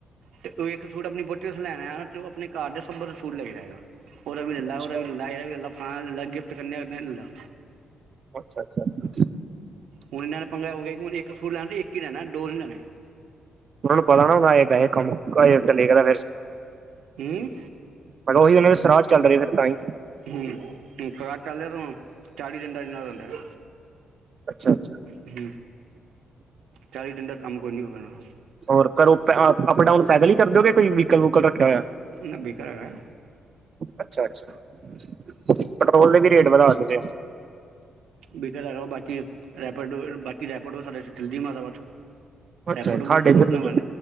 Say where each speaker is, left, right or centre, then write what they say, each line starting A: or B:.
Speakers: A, on the right; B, on the right.
A: ਤੇ ਓ ਇਕ ਸ਼ੂਟ ਅਪਣੀ ਵਹੁਟੀ ਵਾਸਤੇ ਲੈਣ ਆਇਆ ਨਾ ਤੇ ਓ ਆਪਣੇ ਘਰ ਦੇ ਸਬ ਵਾਸਤੇ ਸੂਟ ਲ਼ੈ ਕੇ ਜਾਏਂਗਾ। ਓਦਾਂ ਵੀ ਲੈ ਲਾ
B: ਅੱਛਾ
A: ਓਦਾਂ ਵੀ ਲ਼ੈ ਲਾ ਏਦਾ ਵੀ ਲੈ ਲਾ ਫਲਾਣੇ ਦਾ ਲੈ ਲਾ ਗਿਫਟ ਕਰਨੇ ਓਦੇ ਵੀ ਲੈ ਲਾ।
B: ਅੱਛਾ- ਅੱਛਾ, ਅੱਛਾ।
A: ਹੁਣ ਇੰਨਾਂ ਨੇ ਪੰਗਾ ਹੋ ਗਿਆਂ ਕਿ ਇੱਕ ਸੂਟ ਲੈਣਾ ਤੇ ਇੱਕ ਈ ਲੈਣਾ ਦੋ ਨੀ ਲੈਣੇ।
B: ਓਨਾਂ ਨੂੰ ਪਤਾ ਨਾ ਵੈ ਵੈਸੇ ਕੰਮ ਘਰੇ ਕਲੇ ਕਰਾ
A: ਕੀ?
B: ਮੈਂ ਓਹੀ ਔਨਾਂ ਦੇ ਸਰਾਧ ਚੱਲ ਰਹੇ ਫਿਰ ਤਾਂਈ।
A: ਹੂੰ। ਸ਼ਰਾਦ ਚਲ ਰੇ ਤੇ ਊਂ ਚਾਲੀ ਦਿਨ ਦਾ ਏਨਾਂ ਦਾ ਹੁੰਦਾ ਹੂੰ
B: ਅੱਛਾ ਅੱਛਾ।
A: ਹੂੰ। ਚਾਲੀ ਦਿਨ ਦਾ ਕੰਮ ਕੋਈ ਨੀ ਹੋਗਾ ਇਹਨਾ ਨੂੰ।
B: ਹੋਰ ਕਰੋ ਅ ਅਪਡਾਊਨ ਪੈਦਲ ਈ ਕਰ ਦੇ ਓ ਕੇ ਕੋਈ ਵੀਕਲ ਵੂਕਲ ਰੱਖਿਆ ਹੋਇਆ
A: ਨਾ ਬੀਕਲ ਹੈਗਾ
B: ਅੱਛਾ ਅੱਛਾ। ਪੈਟਰੋਲ ਦੇ ਵੀ ਰੇਟ ਵਧਾ ਦਿੱਤੇ।
A: ਬੀਕਲ ਹੈਗਾ ਬਾਕੀ ਰੈਪਡ ਬਾਕੀ ਰੈਪਡੋ ਸਾਡੇ ਚਲਦੀ ਮਾਰਾਦਾਬਾਦ।
B: ਅੱਛਾ
A: ਰੈਪਡੋ
B: ਜੀ। ਸਾਡੇ
A: ਬੁੱਕ ਕਰੋ
B: ਇੱਧਰ
A: ਅਪਣੇ
B: ਨੀ
A: ਵਨ